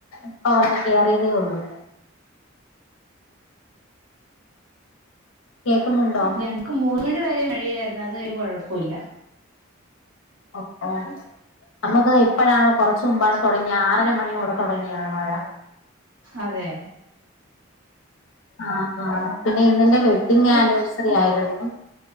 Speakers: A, on the left (about 70°); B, on the right (about 85°).
A: ഇപ്പ വന്ന് കേറിയതേ ഒള്ളു കേക്കുന്നുണ്ടോ
B: ഞങ്ങക്ക് മൂന്ന് മണി വരെ മഴയായിര് അത് കഴിഞ്ഞ് കൊഴപ്പൂല്ല
A: ഓഹ് നമുക്ക് ഇപ്പോഴാണ് കൊറച്ച് മുമ്പാണ് തൊടങ്ങിയ ആറര മണിയോടെ തൊടങ്ങിയാണ് മഴ
B: അതെ
A: ആ ആ പിന്നെ ഇന്നെന്റെ വെഡ്ഡിങ് ആനിവേഴ്സറി ആയിരുന്നു